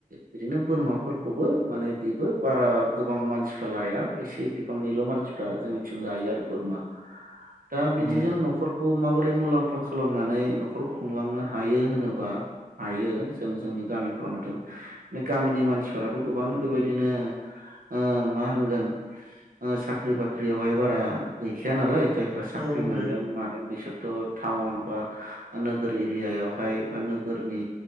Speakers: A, on the right; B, in the centre.
A: बिदिनो बोरमाफोरखौबो माने बेबो बारा गोबां मानसिफ्रा लाया एसे बिबांनिल' मानसिफ्रा जोंनिथिं लायो आरो बोरमा दा बिदिजों
B: उम
A: न'खर खौ माबोरै मुलाम्फा खालामनानै न'खर खुंलांनो हायो होनोबा हायो जों जोंनि गामि फोराव नुदों गामिनि मानसिफोराथ' गोबां बेबायदिनो ओ मा होनगोन साख्रि बाख्रियावहाय बारा गैखाया नालाय जायफ्रा साख्रि
B: औ
A: मोनदों
B: गो
A: मादों बेसोर दाथ' टाउन बा नोगोर एरियाआवहाय बा नोगोरनि